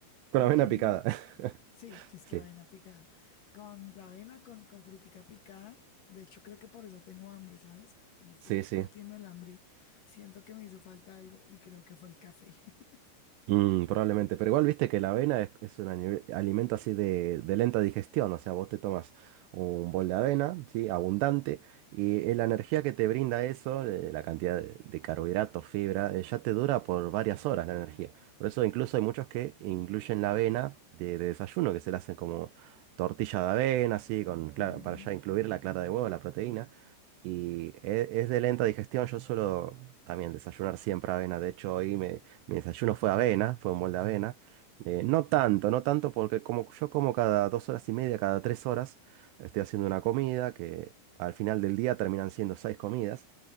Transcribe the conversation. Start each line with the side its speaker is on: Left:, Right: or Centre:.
Left: y
Right: Con la avena picada. <laughs>
Left: sí, chisque
Right: Sí,
Left: avena picada, con la avena, con, con frutica picada. De hecho, creo que por eso tengo hambre, ¿sabes? Porque me estoy
Right: sí, sí.
Left: partiendo el hambre. Siento que me hizo falta algo y creo que fue el café. <laughs>
Right: Mm, probablemente, pero igual viste que la avena es, es un ani- alimento así de, de lenta digestión, o sea, vos te tomas un bol de avena, ¿sí? Abundante, y eh, la energía que te brinda eso, eh, la cantidad de, de carbohidratos, fibra, eh, ya te dura por varias horas la energía. Por eso incluso hay muchos que incluyen la avena de, de desayuno, que se la hacen como tortilla de avena, así, con, clara-
Left: Ujú,
Right: para ya incluir la clara de huevo, la proteína. Y e- es de lenta digestión. Yo suelo también desayunar siempre avena. De hecho, hoy me, mi desayuno fue avena, fue un molde de avena. Eh, no tanto, no tanto porque como yo como cada dos horas y media, cada tres horas, estoy haciendo una comida que al final del día terminan siendo seis comidas.